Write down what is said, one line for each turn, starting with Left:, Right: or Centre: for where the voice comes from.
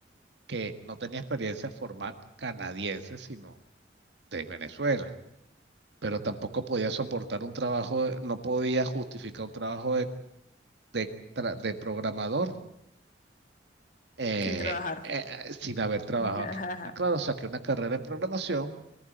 Right: que no tenía experiencia formal canadiense, sino de Venezuela, pero tampoco podía soportar un trabajo, de- no podía justificar un trabajo de, de tra- de programador eh,
Left: sin trabajar.
Right: eh, sin haber trabajado
Left: <laughs>
Right: aquí. Ah, Claro, saqué una carrera en programación